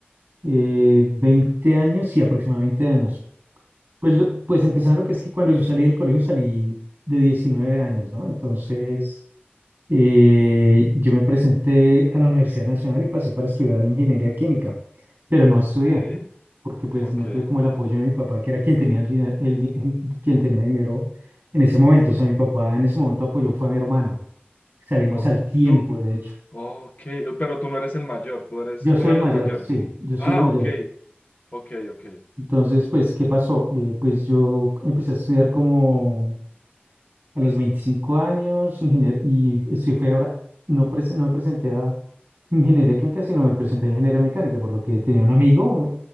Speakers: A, on the right (about 55°); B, on the left (about 45°).
A: eh, 20 años, sí, aproximadamente 20 años. Pues, lo- pues empezando que es que cuando yo salí del colegio salí de 19 años, ¿no? Entonces... Eh, yo me presenté a la Universidad Nacional y pasé para estudiar ingeniería química, pero no estudié,
B: ok,
A: porque pues
B: ok,
A: no tuve como el apoyo de mi papá, que era quien tenía el, dina- el di- en- quien tenía dinero en ese momento. O sea, mi papá en ese momento apoyó fue a mi hermano. Salimos
B: ok,
A: al tiempo,
B: tú,
A: de hecho.
B: ok, oh, pero tú no eres el mayor, tú eres
A: Yo soy
B: uno
A: el
B: de los
A: mayor,
B: mayores.
A: sí, yo soy
B: Ah,
A: el mayor.
B: ok, ok, ok,
A: Entonces, pues, ¿qué pasó? Eh, pues yo empecé a estudiar como A los 25 años, ingenier y estoy, fue ahora, no, prese- no me presenté a ingeniería química, sino me presenté a ingeniería mecánica, por lo que tenía un amigo,